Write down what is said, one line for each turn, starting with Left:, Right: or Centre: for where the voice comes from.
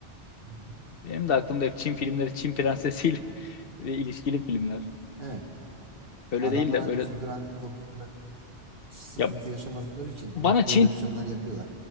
Right: Hı hı.
Left: Benim de aklımda hep Çin filmleri, Çin prensesiyle <laughs> ve ilişkili filmler.
Right: evet.
Left: Öyle
Right: Adamlar
Left: değil de
Right: hani
Left: böyle
Right: figüran konusunda sıkıntı
Left: ya
Right: yaşamadıkları için
Left: bana
Right: büyük prodüksiyonlar
Left: Çin
Right: yapıyorlar.